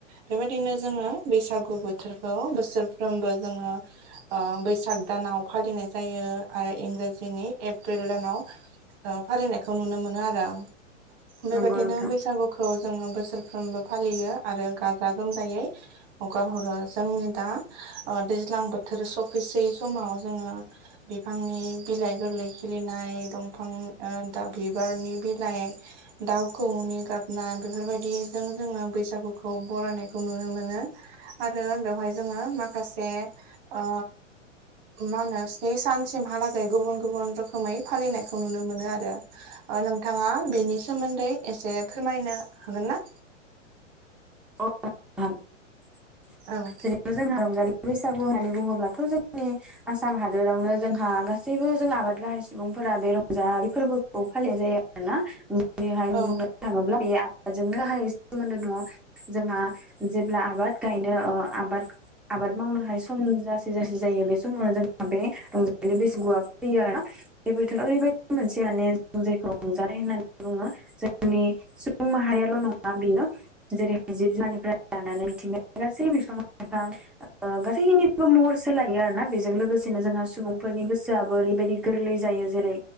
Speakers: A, on the right (about 35°); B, in the centre.
A: बेबायदिनो जोङो बैसागु बोथोरखौ बोसोरफ्रोमबो जोङो ओ बैसाग दानाव फालिनाय जायो आरो इंराजिनि एप्रिल दानाव ओ फालिनायखौ नुनो मोनो आरो बेबायदिनो
B: नंगौ नोंथां
A: बैसागुखौ जोङो बोसोरफ्रोमबो फालियो आरो गाजा गोमजायै हगार हरो जोंनि दा ओ जोङो दैज्लां बोथोर सफैसै समाव जोङो बिफांनि बिलाइ गोरलै खिलिनाय दंफां ओ दा बिबारनि बिलाइ दाउखौनि गाबनाय बेफोरबायदिजों जोङो बैसागुखौ बरायनायखौ नुनो मोनो आरो बेवहाय जोङो माखासे ओ मानो बे सानसिमहालागै गुबुन गुबुन रोखोमै फालिनायखौ नुनो मोनो आरो ओ नोंथाङा बिनि सोमोन्दै एसे फोरमायनो हागोन ना
B: <unintelligible>
A: औ
B: जेनबा जोंहा रंजालि बैसागु होननानै बुङोब्लाथ' जोंनि आसाम हादोरावनो जोंहा गा सैबो जों आबाद गाहाय सुबुंफोरा बे रंजालि फोरबोखौ फालिनाय जायो आरो ना बेहाय
A: औ
B: बुंनो थाङोब्ला बे आबादजोंनो हाय सोमोनदो दङ जोंहा जेब्ला आबाद गायनो ओ आबाद आबाद मावनो हाय सम जासि जाससि जायो बे समावनो जोंहा बे रंजालि बैसुआ फैयो आरो बेबोथ' ओरैबायदि मोनसे माने जों जायखौ रंजानाय होननानै बुङो जोंनि सुबुं माहारियाल' नङा बेनो जेरै जिब जुननिफ्राय लानानै बिथिं गासै बिफां लाइफां ओ गासैनिबो महर सोलायो आर ना बेजों लोगोसेनो जोंहा सुबुंफोरनि गोसोआबो ओरैबायदि गोरलै जायो जेरै